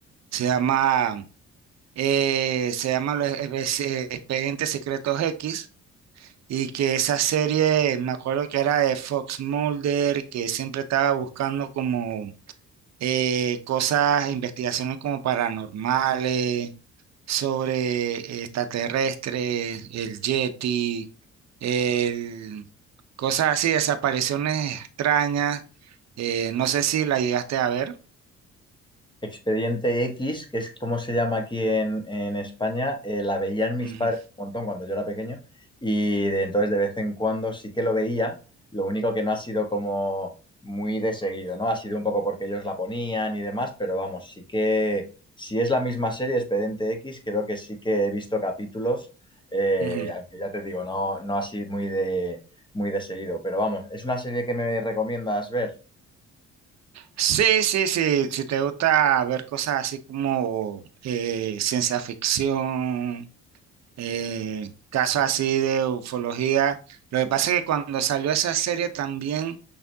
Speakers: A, on the right (about 60°); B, on the left (about 15°).
A: se llama eh, se llama los Ex- eh, Expedientes Secretos X y que esa serie me acuerdo que era de Fox Mulder que siempre estaba buscando como eh, cosas, investigaciones como paranormales sobre extraterrestres, el Yeti, el, cosas así, desapariciones extrañas. Eh, no sé si la llegaste a ver.
B: Expediente X, que es como se llama aquí en, en España, eh, la veían mis
A: Ujú,
B: padres un montón cuando yo era pequeño y de entonces de vez en cuando sí que lo veía, lo único que no ha sido como muy de seguido, ¿no? Ha sido un poco porque ellos la ponían y demás, pero vamos, sí que si es la misma serie, Expediente X, creo que sí que he visto capítulos, eh,
A: ujú.
B: aunque ya te digo, no, no así muy de, muy de seguido, pero vamos, es una serie que me recomiendas ver.
A: Sí, sí, sí. Si te gusta ver cosas así como eh, ciencia ficción, eh, casos así de ufología. Lo que pasa es que cuando salió esa serie también,